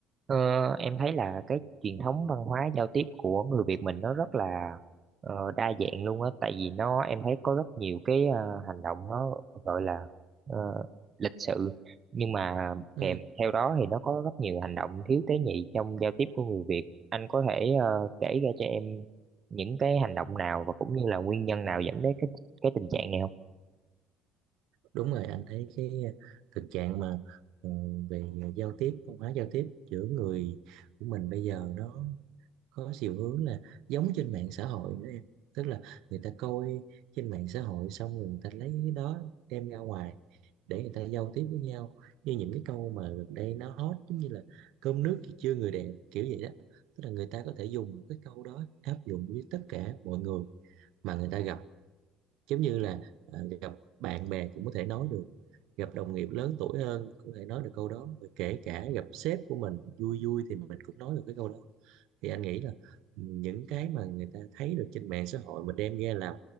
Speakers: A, on the right; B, on the right.
A: Ờ, em thấy là cái truyền thống văn hóa giao tiếp của người Việt mình nó rất là ờ, đa dạng luôn á tại vì nó em thấy có rất nhiều cái ờ, hành động nó gọi là ờ, lịch sự nhưng mà
B: Ừ,
A: kèm theo đó thì nó có rất nhiều hành động thiếu tế nhị trong giao tiếp của người Việt anh có thể ờ, kể ra cho em những cái hành động nào và cũng như là nguyên nhân nào dẫn đến cái cái tình trạng này không?
B: đúng rồi anh thấy cái ờ, thực trạng mà ừ, về giao tiếp văn hóa giao tiếp giữa người của mình bây giờ nó có chiều hướng là giống trên mạng xã hội nữa em tức là người ta coi trên mạng xã hội xong rồi người ta lấy cái đó đem ra ngoài để người ta giao tiếp với nhau như những cái câu mà gần đây nó hot giống như là cơm nước thì chưa người đẹp kiểu vậy đó tức là người ta có thể dùng cái câu đó áp dụng với tất cả mọi người mà người ta gặp giống như là ờ, gặp bạn bè cũng có thể nói được gặp đồng nghiệp lớn tuổi hơn cũng có thể nói được câu đó và kể cả gặp sếp của mình vui vui thì mình cũng nói được cái câu đó thì anh nghĩ là ừ, những cái mà người ta thấy được trên mạng xã hội mà đem ra làm